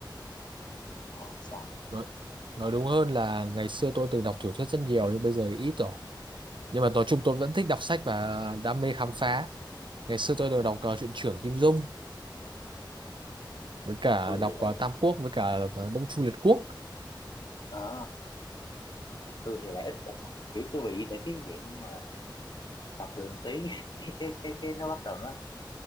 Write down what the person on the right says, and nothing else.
nói, nói đúng hơn là ngày xưa tôi từng đọc tiểu thuyết rất nhiều nhưng bây giờ thì ít rồi. nhưng mà nói chung tôi vẫn thích đọc sách và đam mê khám phá ngày xưa tôi đều đọc
uh, truyện trưởng Kim Dung với cả
đọc
ờ, Tam Quốc với cả ờ, Đông Chu Liệt Quốc